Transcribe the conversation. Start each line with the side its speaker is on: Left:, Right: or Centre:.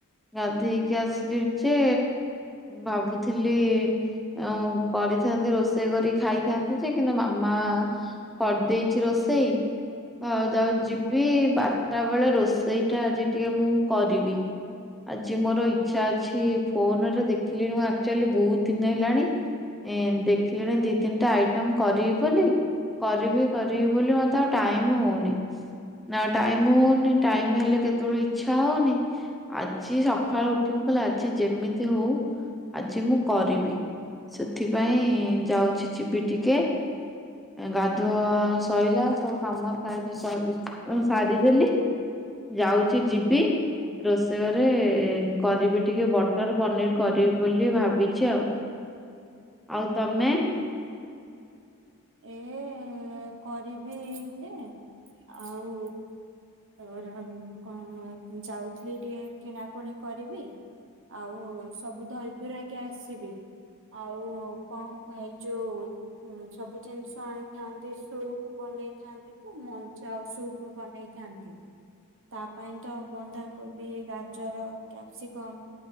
Centre: ଗାଧେଇକି ଆସିଲି ଯେ ଭାବୁଥିଲି ଆଉ କରିଥାନ୍ତି ରୋଷେଇ କରି ଖାଇଥାନ୍ତି ଯେ କିନ୍ତୁ ମାମା କରିଦେଇଛି ରୋଷେଇ। ଅ ଯାଉଚି ଯିବି ବାରଟା ବେଳେ ରୋଷେଇ ଟା ଆଜି ଟିକେ ମୁଁ କରିବି। ଆଜି ମୋର ଇଚ୍ଛା ଅଛି ଫୋନରେ ଦେଖିଲିଣି ମୁଁ ଆକ୍ଚୁଆଲି ବହୁତ ଦିନି ହେଲାଣି ଇଁ ଦେଖିଲିଣି ଦି ତିନିଟା ଆଇଟମ୍ କରିବି ବୋଲି କରିବି କରିବି ବୋଲି ମତେ ଆଉ ଟାଇମ୍ ହଉନି। ନାଁ ଟାଇମ ହଉନି, ଟାଇମ ହେଲେ କେତେବେଳେ ଇଚ୍ଛା ହଉନି। ଆଜି ସକାଳୁ ଉଠି ମୁଁ କହିଲି, ଆଜି ଯେମିତି ହଉ ଆଜି ମୁଁ କରିବି। ସେଥିପାଇଁ ଯାଉଛି ଯିବି ଟିକେ ଗାଧୁଆ ସଇଲା ସବୁ କାମ ଖାଇ ପିଇ ସରି ସାରିଦେଲି। ଯାଉଛି ଯିବି ରୋଷେଇ ଘରେ କରିବି, ଟିକେ ବଟର ପନିର କରିବି ବୋଲି ଭାବିଛି ଆଉ। ଆଉ ତମେ?
Right: ଏ କରିବି ଯେ, ଆଉ ହଉ ର କଣ ଯାଉଥିଲି ଟିକେ କିଣାକୁଣି କରିବି। ଆଉ, ସବୁ ଧରିଧୁରା କି ଆସିବି। ଆଉ କଣ ଏଇ ଯୋଉ ସବୁ ଜିନିଷ ଆଣିଥାନ୍ତି ସୁପ ବନେଇଥାନ୍ତି କୁ ମଞ୍ଜା ସୁପ ବନେଇଥାନ୍ତି। ତା ପାଇଁ ତ ବନ୍ଧାକୋବି, ଗାଜର, କ୍ୟାପସିକମ୍।